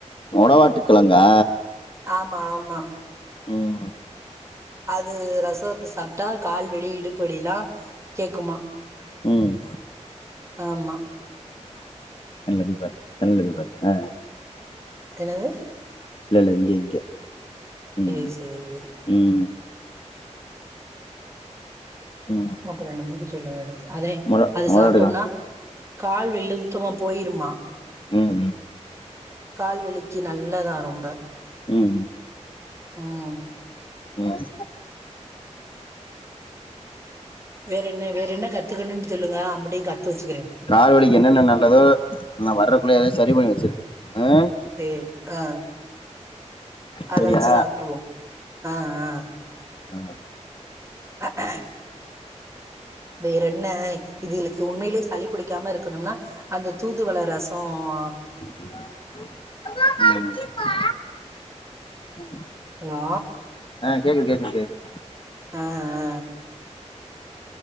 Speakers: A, on the left (about 45°); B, on the right (about 25°).
A: மொடவாட்டுக்கெழங்கா
B: ஆமா ஆமா
A: ம்
B: அது ரசோத்த சாப்ட்டா கால்வலி இடுப்பு வலிலா கேக்குமா
A: ம்
B: ஆமா
A: ஜன்னல போயி பாரு ஜன்னல போயி பாரு ஆ
B: என்னது
A: இல்ல இல்ல இங்க இங்க ம்
B: ஏ சேரி சேரி
A: ம் ம்
B: அப்புறே ரெண்டு மணிக்கு சொல்லுவா வேணு அதே
A: மொட
B: அது
A: மொடவாட்டுக்கெழங்கு
B: சாப்ட்டோம்னா கால் வலிலா சுத்தமா போயிருமா
A: ம் ம்
B: கால்வலிக்கி நல்லதா ரொம்ப
A: ம்
B: ம்
A: ம்
B: வேற என்ன வேற என்ன கத்துக்கணு சொல்லுங்க அம்புட்டையு கத்து வெச்சுக்குறே
A: கால்வலிக்கு என்னென்ன நல்லதோ நா வர்றக்குள்ள ஏதே சரி பண்ணி வச்சிரு ம்
B: சரி ஆ அதாச்சு
A: சரியா
B: சாப்பிட்டுவோ ஆ ஆ
A: ஆ
B: ஆ ஆ வேற என்ன இதுகளுக்கு உண்மையிலேயே சளி பிடிக்காம இருக்கணும்னா அந்த தூதுவள ரச கோவமா
A: ம்
B: ஹலோ
A: ஆ கேக்குது கேக்குது கேக்குது
B: ஆ ஆ